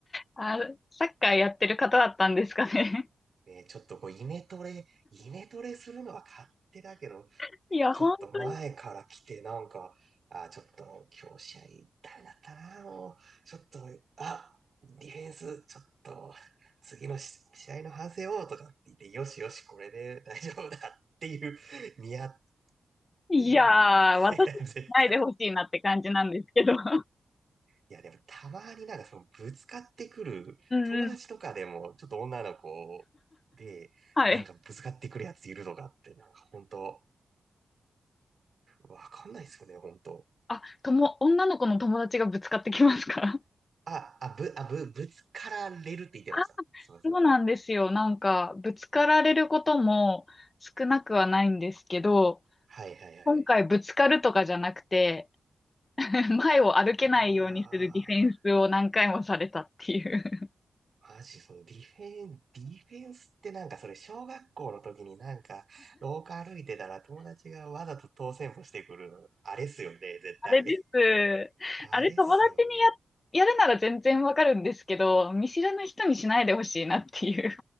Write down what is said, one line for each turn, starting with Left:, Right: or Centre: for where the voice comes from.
Left: あ、サッカーやってる方だったんですかね。
Right: <laughs> ね、ちょっとこう、イメトレ、イメトレするのは勝手だけど、
Left: <laughs> いや、
Right: ちょっと前から来て、
Left: 本当に。
Right: なんか、あ、ちょっと今日試合ダメだったな、もう、ちょっと、あ、ディフェンス、ちょっと、次のし試合の反省をとかって言って、よしよし、これで大丈夫だっていう、ニヤっ
Left: いやー、
Right: ていう。<laughs>
Left: 私はないでほしいなって感じなんですけど。
Right: いや、絶対。
Left: <laughs>
Right: いや、でもたまになんかそのぶつかってくる、
Left: うんうん。
Right: 友達とかでも、ちょっと女の子で、
Left: はい。
Right: なんかぶつかってくるやついるとかって、なんか本当、わかんないですよね、本当。
Left: あ、とも、女の子の友達がぶつかってきますか
Right: あ、あ、ぶ、あ、ぶ、ぶつかられるって言ってました。
Left: あ、
Right: すみません。
Left: そうなんですよ。なんか、ぶつかられることも少なくはないんですけど、
Right: はいはいはいはい。
Left: 今回ぶつかるとかじゃなくて、<laughs> 前を歩けないようにするディフェンスを何回もされたっていう。
Right: いやー、
Left: <laughs>
Right: マジそのディフェン、ディフェンスってなんかそれ小学校の時になんか廊下歩いてたら友達がわざと当選歩してくる、あれっすよね、絶対。
Left: あれです。
Right: あれっすよね。
Left: あれ、友達にや、やるなら全然わかるんですけど、見知らぬ人にしないでほしいなっていう。